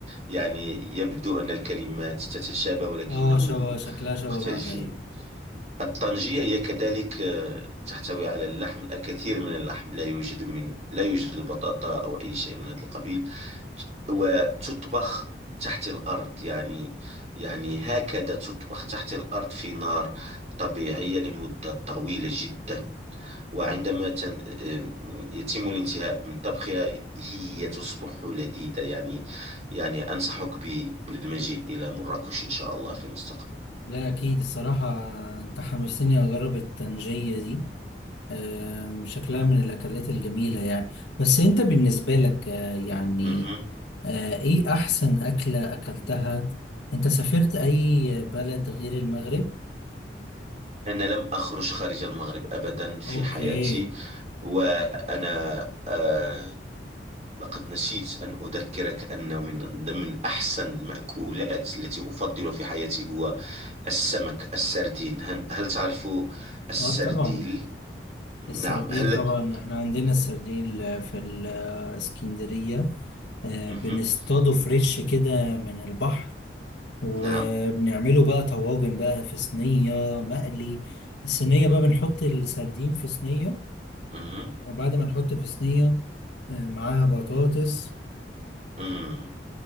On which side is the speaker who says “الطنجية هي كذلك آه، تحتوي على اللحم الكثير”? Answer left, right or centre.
Right